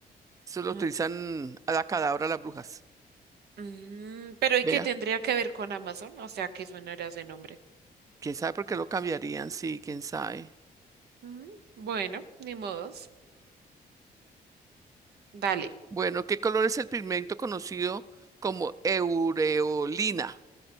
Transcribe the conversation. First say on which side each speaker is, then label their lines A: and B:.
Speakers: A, on the right; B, on the right.
A: Eso lo
B: Ah,
A: utilizan Hada, Cadabra las brujas.
B: mm, pero ¿y
A: Vea,
B: qué tendría que ver con Amazon? O sea, ¿qué suena ese nombre?
A: quién sabe por qué lo cambiarían, sí, quién sabe.
B: Mm, bueno, ni modo. Vale,
A: Bueno, ¿qué color es el pigmento conocido como eureolina?